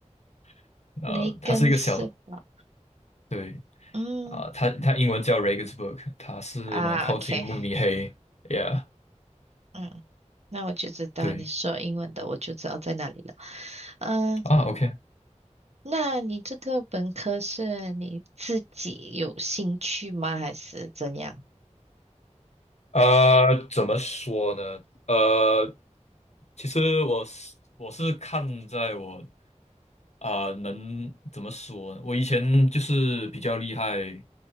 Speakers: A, on the left (about 60°); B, on the right (about 60°).
A: <laughs> 呃，
B: 雷根是吧？
A: 它是一个小，对
B: 嗯
A: 啊、它它英文叫 Regensburg，它是蛮靠近慕尼黑，yeah，
B: 啊，OK，嗯，那我就知道你说英文的，
A: 对
B: 我就知道在哪里了。嗯、
A: 啊，OK。
B: 那你这个本科是你自己有兴趣吗？还是怎样？
A: 呃，怎么说呢？呃，其实我是我是看在我啊、能怎么说呢？我以前就是比较厉害